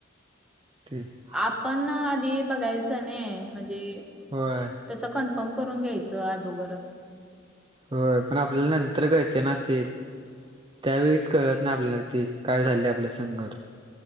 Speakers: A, on the right; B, in the centre.
A: <unintelligible>
B: आपण आधी बघायचं नी म्हणजे.
A: होय.
B: तसं कन्फर्म करून घ्यायचं अदोगर.
A: होय पण आपल्याला नंतर कळते ना ते. त्यावेळीस कळत नाही आपल्याला ते, काय झालं आपल्याला संगट.